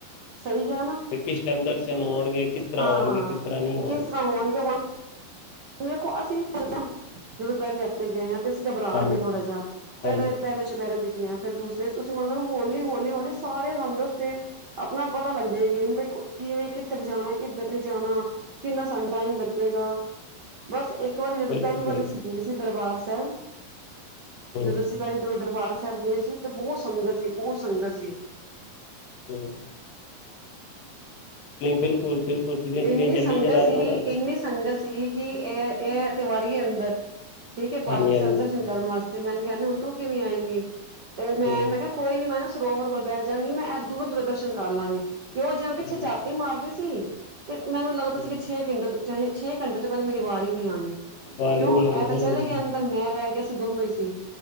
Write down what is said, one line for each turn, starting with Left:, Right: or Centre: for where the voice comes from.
Right: ਸਹੀ ਕਿਹਾ ਨਾ।
Left: ਵੀ ਕਿਸ ਟਾਈਮ ਦਰਸ਼ਨ ਹੋਣਗੇ ਕਿਸ ਤਰ੍ਹਾਂ
Right: ਹਾਂ
Left: ਹੋਣਗੇ ਕਿਸ ਤਰ੍ਹਾਂ ਨਹੀਂ ਹੋਣਗੇ।
Right: <inaudible> ਵੇਖੋ ਅਸੀਂ ਜ ਜਦੋਂ ਪਹਿਲੇ ਹਫ਼ਤੇ ਗਏ ਹਾਂ ਤੇ ਅਸੀਂ ਘਬਰਾ
Left: ਹਾਂਜੀ
Right: ਗਏ ਥੋੜਾ ਜਿਹਾ ਫੇਰ।
Left: ਹਾਂਜੀ
Right: ਪਹਿਲੇ ਚੁਪਹਿਰੇ ਤੇ ਗਿਆ ਫੇਰ ਦੂਸਰੇ ਤੁਸੀਂ ਮਨੋ ਹੋਲੀ ਹੋਲੀ ਹਲੀ ਸਾਰੇ ਰੰਗ ਦੱਸਦੇ। ਆਪਣਾ ਪਤਾ ਲੱਗਦੇ ਹੈਗੇ ਬ ਕਿਵੇਂ ਕਿੱਧਰ ਜਾਣਾ ਕਿੱਧਰ ਨਹੀਂ ਜਾਣਾ। ਕਿੰਨਾ ਸਾਨੂੰ ਟਾਈਮ ਲੱਗੇਗਾ। ਬਸ ਇੱਕ ਵਾਰੀ ਜਦੋਂ
Left: ਬਿਲਕੁਲ
Right: ਪਹਿਲੀ
Left: ਸਹੀ
Right: ਵਾਰੀ ਅਸੀਂ
Left: ਗੱਲ।
Right: ਗਏ ਸੀ ਦਰਬਾਰ ਸਾਹਿਬ
Left: ਹੂੰ
Right: ਜਦੋਂ। ਜਦੋਂ ਅਸੀਂ ਦਰਬਾਰ ਸਾਹਿਬ ਗਏ ਸੀ ਤੇ ਬਹੁਤ ਸੰਗਤ ਸੀ ਬਹੁਤ ਸੰਗਤ ਸੀ।
Left: ਹਮ ਬਿਲਕੁਲ ਬਿਲਕੁਲ ਜਿਵੇਂ
Right: ਇੰਨੀ
Left: ਜਿਵੇਂ ਜੱਲੀ
Right: ਸੰਗਤ
Left: ਚਲਾ
Right: ਸੀ
Left: ਰਹੇ ਨੇ ਨਾ
Right: ਇੰਨੀ ਸੰਗਤ। ਸੀ ਕਿ ਇਹ ਇਹ ਤੇ ਵੜ ਗਏ ਅੰਦਰ ਠੀਕ ਹੈ
Left: ਹਾਂਜੀ
Right: ਪਾਲਕੀ ਸਭ
Left: ਹਾਂਜੀ
Right: ਦਰਸ਼ਨ। ਦਰਸ਼ਨ ਕਰਨ ਵਾਸਤੇ ਮੈਨੂੰ ਕਹਿੰਦੇ ਹੁਣ ਤੂੰ ਕਿਵੇਂ ਆਏਂਗੀ ਤੇ ਮੈਂ
Left: ਹੂੰ
Right: ਕਿਹਾ। ਕੋਈ ਨੀ ਮੈਂ ਨਾ ਸਰੋਵਰ ਵਲ ਬੈ ਜੰਗੀ। ਦਰਸ਼ਨ ਕਰ ਲਾਂਗੇ ਕਿ ਉਹ ਜਿਵੇਂ ਪਿੱਛੇ
Left: ਹਾਂਜੀ
Right: ਛਾਤੀ ਮਾਰਦੇ ਸੀ ਤੇ ਮੈਨੂੰ ਲੱਗਦਾ
Left: ਹੂੰ
Right: ਸੀ ਕਿ। ਘੰਟ ਤੋਂ ਛੇ ਘੰਟੇ ਤੋਂ ਪਹਿਲੇ ਮੇਰੀ ਵਾਰੀ ਹੀ ਨਹੀਂ ਆਣੀ।
Left: ਬਾਹਰ
Right: ਕਿਉਂ
Left: ਨੀ ਆਣੇ
Right: ਇਹ ਤਾਂ
Left: ਬਿਲਕੁਲ,
Right: ਚਲੇ ਗਏ ਅੰਦਰ ਮੈਂ ਰਹਿ ਗਿਆ ਸੀ ਦੋਨੋ ਹੀ ਸੀ